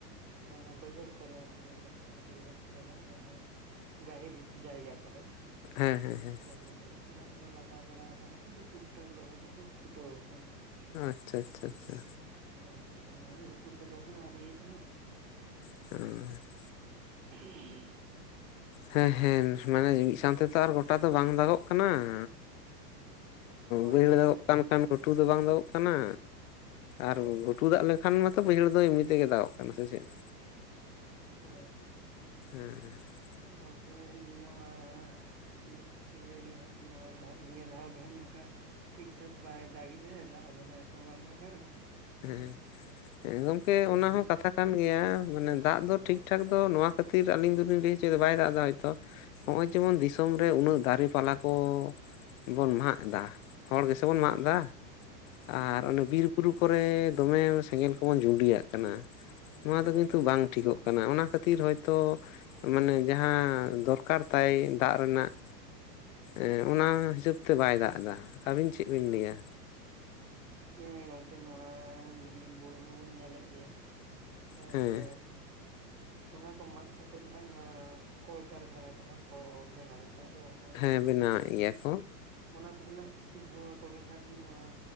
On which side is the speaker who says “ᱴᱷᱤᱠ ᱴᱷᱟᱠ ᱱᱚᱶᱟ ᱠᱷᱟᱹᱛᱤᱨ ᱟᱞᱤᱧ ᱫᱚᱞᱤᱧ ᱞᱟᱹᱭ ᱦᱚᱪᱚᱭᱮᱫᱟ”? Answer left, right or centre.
Left